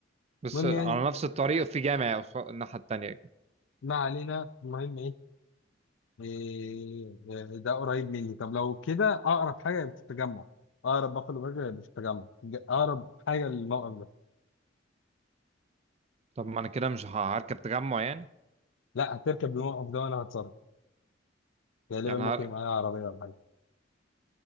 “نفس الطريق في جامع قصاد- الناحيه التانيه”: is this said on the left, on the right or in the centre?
Right